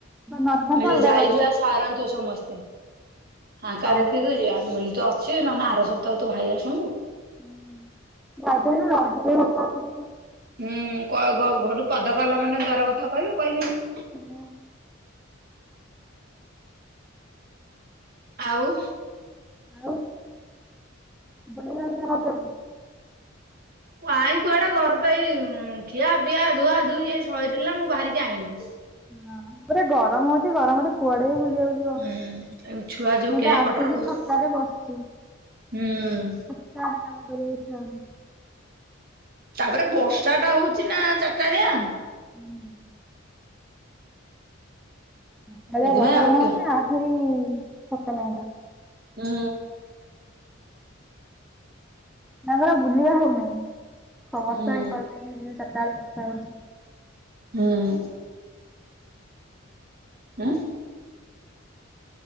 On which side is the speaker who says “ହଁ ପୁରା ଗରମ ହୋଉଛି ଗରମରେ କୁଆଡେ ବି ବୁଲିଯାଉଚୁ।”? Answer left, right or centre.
Centre